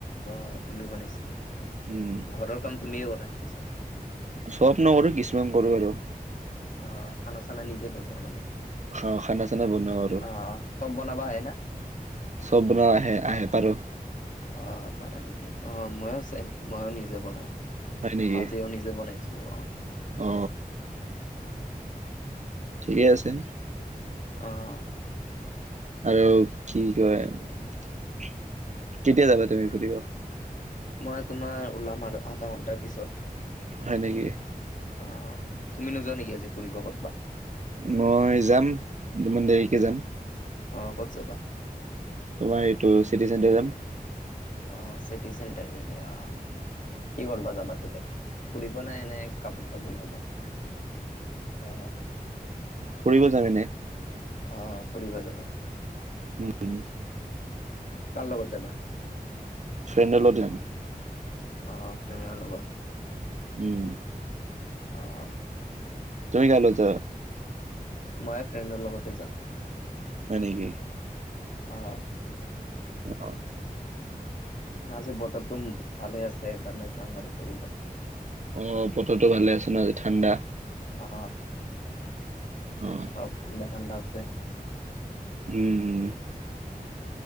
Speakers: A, on the left; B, on the right.
A: অ তুমি বনাইছিলা নেকি অ।
B: উম।
A: ঘৰৰ কাম তুমিয়ে কৰা নেকি চব?
B: চব নকৰো কিছুমান কৰো আৰু।
A: অ খানা চানা নিজে বনোৱা মানে?
B: হা খানা চানা বনাও আৰু।
A: অ চব বনাবা আহে না
B: চব বনা আহে আহে পাৰো।
A: অ পাৰা নেকি অ ময়ো চেম ময়ো নিজে বনাও।
B: হয় নেকি
A: আজিও নিজে বনাইছো অ।
B: অ। ঠিকে আছে।
A: অ অ।
B: আৰু কি কয় কেতিয়া যাবা তুমি ফুৰিব?
A: মই তোমাৰ ওলাম আৰু আধা ঘন্টাৰ পিছত।
B: হয় নেকি?
A: অ তুমি নোযোৱা নেকি আজি ফুৰিব ক'তবা?
B: মই যাম, দুদিনমান দেৰিকে যাম।
A: অ, ক'ত যাবা?
B: তোমাৰ এইটো চিতি চেণ্টাৰ যাম।
A: অ, চিটি চেণ্টাৰ নেকি! অ, কি ক'ৰব যাবা তুমি তাতে, ফুৰিব নে এনে? কাপোৰ-চাপোৰ লবা, অ।
B: ফুৰিব যাম এনে।
A: অ, ফুৰিব যাবা।
B: <inaudible>
A: কাৰ লগত যাবা?
B: ফ্ৰেণ্ডৰ লগতে যাম।
A: অ, ফ্ৰেনৰ লগত।
B: উম।
A: অ।
B: তুমি কাৰ লগত যাবা?
A: ময়ো ফ্ৰেণ্ডৰ লগতে যাম।
B: হয় নেকি!
A: অ।
B: অ, অ।
A: উম, আজি বতৰটো ভালে আছে, সেইকাৰণে যাম আৰু ফুৰিব।
B: অ, বতৰতো ভালে আছে ন, আজি ঠাণ্ডা।
A: অ,
B: অ',
A: অলপ ঠাণ্ডা-ঠাণ্ডা আছে।
B: উম, হুম।